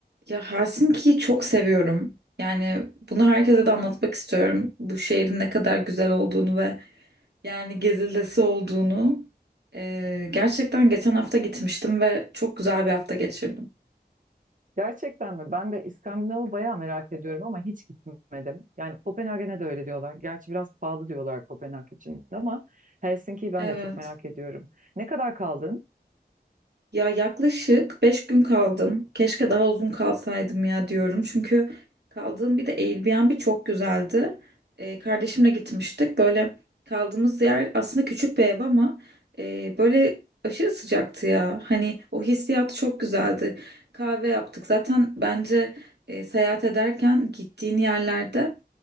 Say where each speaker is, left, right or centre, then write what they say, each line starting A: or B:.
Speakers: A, on the right; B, on the right.
A: Ya Helsinki'yi çok seviyorum. Yani bunu herkese de anlatmak istiyorum. Bu şehrin ne kadar güzel olduğunu ve yani gezilesi olduğunu. Ee, gerçekten geçen hafta gitmiştim ve çok güzel bir hafta geçirdim.
B: Gerçekten mi? Ben de İskandinav'ı bayağı merak ediyorum ama hiç gitmedim. Yani Kopenhag'e de öyle diyorlar. Gerçi biraz pahalı diyorlar Kopenhag için ama Helsinki'yi ben
A: Evet.
B: de çok merak ediyorum. Ne kadar kaldın?
A: Ya yaklaşık 5 gün kaldım. Keşke daha uzun kalsaydım ya diyorum. Çünkü kaldığım bir de Airbnb çok güzeldi. Ee, kardeşimle gitmiştik. Böyle kaldığımız yer aslında küçük bir ev ama e, böyle aşırı sıcaktı ya. Hani o hissiyat çok güzeldi. Kahve yaptık. Zaten bence e, seyahat ederken gittiğin yerlerde